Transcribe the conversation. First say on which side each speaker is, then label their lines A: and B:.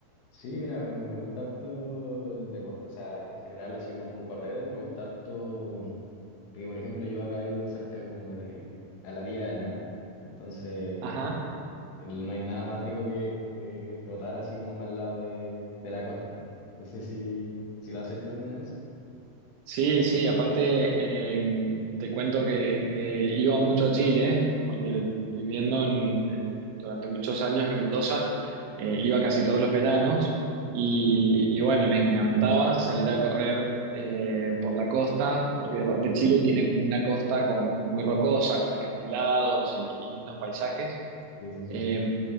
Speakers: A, on the left; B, on the right.
A: sí, mira, me, me gusta harto el deporte, o sea, en general así como correr, me gusta harto, porque por ejemplo yo acá vivo cerca como de, a la orilla del mar, entonces...
B: Ajá.
A: No hay nada más rico que eh, trotar así como al lado de, de la costa. No sé si, si lo has hecho alguna vez.
B: Sí, sí, aparte eh, te cuento que, que iba mucho a Chile, porque
A: Mm,
B: viviendo en- en- durante muchos años en Mendoza, eh,
A: Sí.
B: iba casi todos los veranos y,
A: Ah,
B: y bueno, me encantaba salir a correr eh, por la costa, porque aparte Chile tiene como una costa con, muy rocosa, con acantilados y, y lindos paisajes.
A: ya. sí, sí, sí.
B: Eh,